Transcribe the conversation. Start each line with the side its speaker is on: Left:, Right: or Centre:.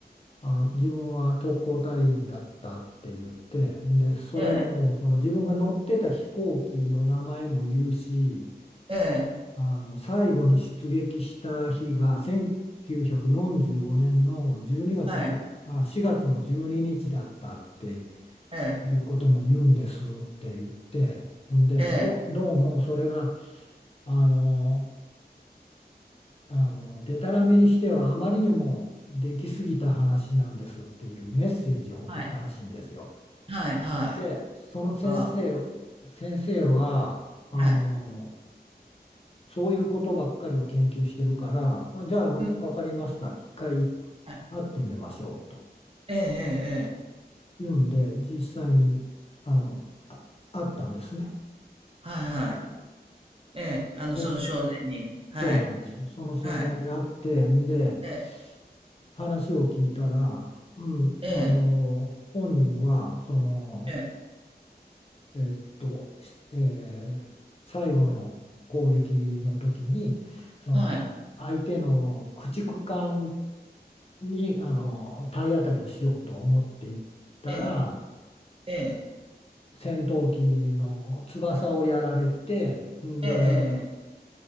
Left: あの自分は特攻隊員だったって言ってでそれもその自分が乗ってた飛行機の名前も言うし
Right: ええ、ええ、
Left: あの最後に出撃した日が1945年の12月じゅあ4月の12日だったって
Right: はい。ええ、
Left: いうことも言うんですって言ってんでどう、
Right: ええ、
Left: どうもそれがあのあのでたらめにしてはあまりにもできすぎた話なんですっていうメッセージを送ったらしいんですよ。
Right: はい。はい、はい。
Left: で、その先生を、
Right: は、
Left: 先生は、あの、
Right: はい。
Left: そういうことばっかりを研究してるから、まあ、じゃあ分かりました、
Right: うん、
Left: 一回
Right: はい
Left: 会ってみましょうと
Right: ええ、ええ、ええ。
Left: 言うんで、実際にあの、あ、会ったんですね。
Right: はいはい。
Left: うん。
Right: ええ、あの、
Left: そうし、
Right: その少年に。はい。
Left: そうなんです。その少年に会って、
Right: はい。
Left: んで、
Right: ええ、
Left: 話を聞いたら、うん、
Right: え
Left: あの、本人は、その、
Right: え、ええ、
Left: えっと、しえー最後の攻撃の時にその相手の駆逐艦
Right: はい。
Left: にあの体当たりをしようと思っていったら
Right: ええ、ええ、
Left: 戦闘機の翼をやられてんで
Right: ええ、ええ